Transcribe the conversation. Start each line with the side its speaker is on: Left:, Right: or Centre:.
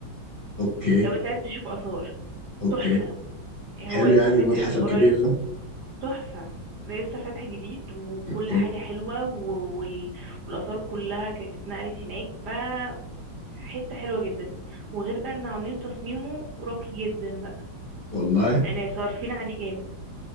Left: اوكي
Right: لو انت عايز تشوف آثار
Left: اوكي
Right: تحفة
Left: حلو
Right: هو لسه
Left: يعني
Right: فاتح
Left: المتحف
Right: من
Left: الكبير
Right: قريب
Left: ده
Right: تحفة لسه فاتح جديد وكل
Left: اوكي
Right: حاجة حلوة و- وال... والآثار كلها كانت اتنقلت هناك ف حتة حلوة جدا وغير بقى ان عاملين تصميمه راقي جدا بقى
Left: والله
Right: يعني صارفين عليه جامد